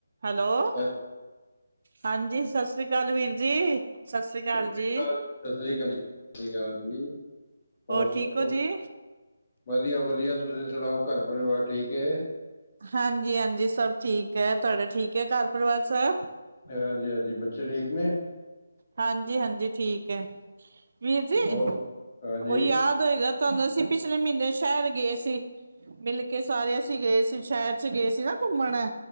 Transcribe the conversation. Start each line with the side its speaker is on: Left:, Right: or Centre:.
Right: ਹੈਲੋ-ਹੈਲੋ।
Left: ਅ,
Right: ਹਾਂਜੀ, ਸਤਿ ਸ੍ਰੀ ਅਕਾਲ ਵੀਰ ਜੀ। ਸਤਿ ਸ੍ਰੀ ਅਕਾਲ
Left: ਸਤਿ
Right: ਜੀ
Left: ਸ਼੍ਰੀ ਅਕਾਲ ਜੀ-ਸਤਿ ਸ੍ਰੀ ਅਕਾਲ ਜੀ-ਸਤਿ ਸ਼੍ਰੀ ਅਕਾਲ ਜੀ। ਹੋਰੋ
Right: ਹੋਰ
Left: ਸਬ
Right: ਠੀਕ ਹੋ ਜੀ
Left: ਵਧੀਆ- ਵਧੀਆ ਤੁਸੀਂ ਸੁਣਾਓ, ਘਰ ਪਰਿਵਾਰ ਠੀਕ ਹੈ।
Right: ਹਾਂਜੀ-ਹਾਂਜੀ, ਸਭ ਠੀਕ ਹੈ ਤੁਹਾਡਾ ਠੀਕ ਹੈ ਘਰ ਪਰਿਵਾਰ ਸਬ।
Left: ਹਾਂਜੀ-ਹਾਂਜੀ, ਬੱਚੇ ਠੀਕ ਨੇ।
Right: ਹਾਂਜੀ-ਹਾਂਜੀ ਠੀਕ ਹੈ। ਵੀਰ ਜੀ
Left: ਉਹ ਹਾਂਜੀ
Right: ਉਹ ਯਾਦ ਹੋਏਗਾ। ਤੁਹਾਨੂੰ, ਅਸੀਂ ਪਿਛਲੇ ਮਹੀਨੇ ਸ਼ਹਿਰ ਗਏ ਸੀ, ਮਿਲ ਕੇ ਸਾਰੇ ਅਸੀਂ ਗਏ ਸੀ ਸ਼ਹਿਰ ਚ ਗਏ ਸੀ ਨਾ। ਘੁੰਮਣਾ।